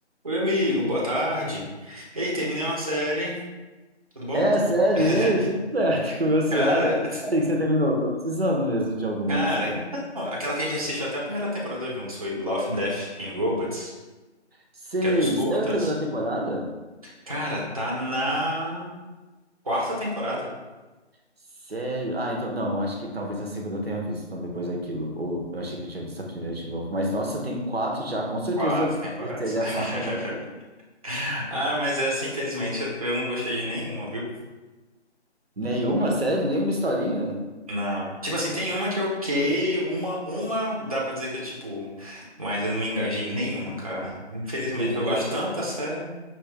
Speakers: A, on the right (about 30°); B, on the right (about 60°).
A: Oi, amigo, boa tarde. Ei, terminei uma série, tudo bom?
B: É, sério,
A: <laughs>
B: e aí, tudo certo com você?
A: Cara,
B: Ai, que sério que você terminou? Tô precisando mesmo de alguma,
A: cara,
B: se eu confesso.
A: então, aquela que a gente assistiu até a primeira temporada juntos foi Love, Death and Robots,
B: Seis.
A: que é dos curtas.
B: É a segunda temporada?
A: Cara, tá na quarta temporada.
B: Sério? Ah, então, não, acho que talvez a segunda eu tenha visto, então depois daquilo. Ou eu achei que eu tinha visto a primeira de novo. Mas, nossa, tem quatro já, com certeza
A: Quatro temporadas.
B: seria
A: <laughs>
B: a quarta eu não. vi.
A: Ah, mas essa, infelizmente, eu não gostei de nenhuma, viu?
B: Nenhuma, sério? Nenhuma historinha?
A: Não. Tipo assim, tem uma que é ok, uma, uma dá pra dizer que é tipo, mas eu não me engajei em nenhuma, cara. Infelizmente,
B: É que eles
A: eu
B: viajam.
A: gosto tanto da série.